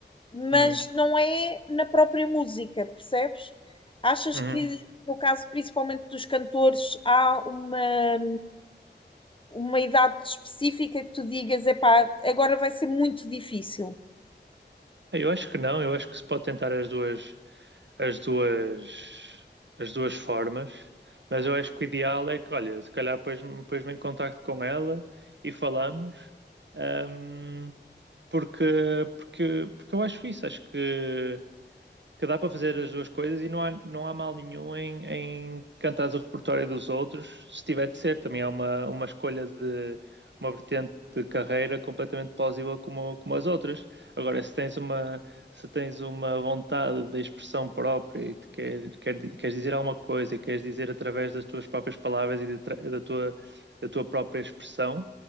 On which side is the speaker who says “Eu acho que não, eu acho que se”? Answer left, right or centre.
Right